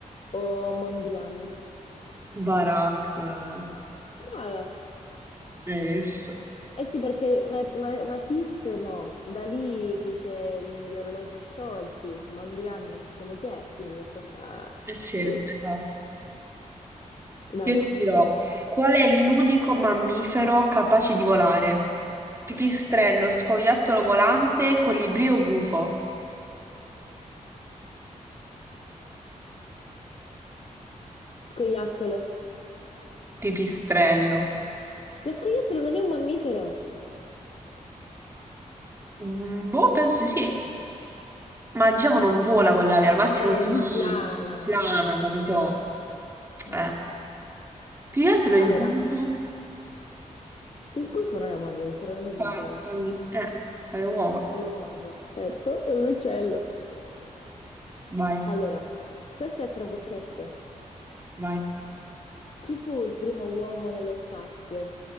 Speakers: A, on the left (about 50°); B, on the right (about 20°).
A: o Mondrian?
B: Barak. eh,
A: Brava.
B: Hai visto?
A: Eh sì, perché Ma- Ma- Matisse no, Dalì fece gli orologi sciolti, Mondrian non sappiamo chi è, quindi per forza
B: Eh sì,
A: lui.
B: esatto.
A: Vai,
B: Io ti dirò, qual è l'unico mammifero capace di volare? Pipistrello, scoiattolo volante, colibrì o gufo?
A: scoiattolo.
B: Pipistrello.
A: Lo scoiattolo non è un mammifero,
B: Mm, boh, penso di sì. Ma il Gemo non vola con le ali, al
A: Eh,
B: massimo si
A: lui plana.
B: plana, capito?
A: Mm.
B: Eh. Più che altro
A: Allora.
B: il gufo
A: Il gufo non è un mammifero, è un oviparo.
B: fa, fa l- eh, fa le uova.
A: Fa l'uovo, certo, è un uccello.
B: Vai,
A: Allora, questo è a trabocchetto.
B: vai.
A: Chi fu il primo uomo nello spazio?